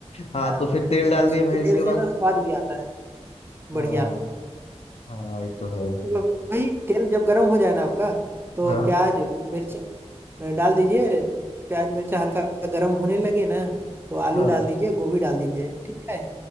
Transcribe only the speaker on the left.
हाँ
तो फिर तेल डाल
दिए भाई
उसके
बाद
हाँ
हाँ ये तो है
हाँ
हाँ